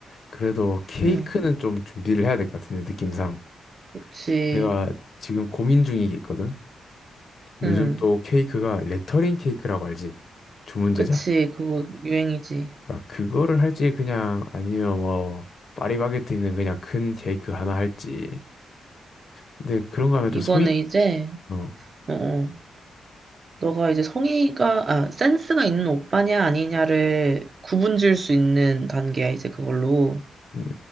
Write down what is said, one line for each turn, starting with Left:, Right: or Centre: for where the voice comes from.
Left: 그래도 케이크는
Right: 응.
Left: 좀 준비를 해야 될 것 같은데 느낌상
Right: 그치,
Left: 내가 지금 고민 중이겠거든. 요즘
Right: 응.
Left: 또 케이크가 레터링 케이크라고 알지? 주문 제작.
Right: 그치, 그거 유행이지.
Left: 그러니까 그거를 할지 그냥 아니면 뭐 파리바게트 있는 그냥 큰 케이크 하나 할지. 근데 그런 거 하면 좀
Right: 이거는
Left: 성의
Right: 이제,
Left: 어.
Right: 어, 어. 너가 이제 성의가, 아, 센스가 있는 오빠냐 아니냐를 구분 지을 수 있는 단계야, 이제 그걸로.
Left: 음.